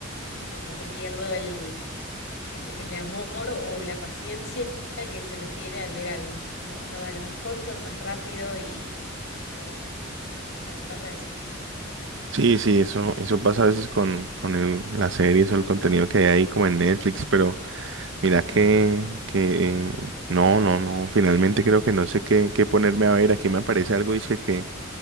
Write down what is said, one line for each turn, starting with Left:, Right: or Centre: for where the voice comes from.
Left: no sé, como que pierdo el, el, el amor o la paciencia que se requiere al ver algo, ¿no? Uno va a lo más corto, lo más rápido y, y bueno, no sé, me pasa eso.
Right: Sí, sí, eso, eso pasa a veces con, con el- las series o el contenido que hay ahí como en Netflix, pero mira que, que eh, no, no, no, finalmente creo que no sé qué, qué ponerme a ver. Aquí me aparece algo, dice que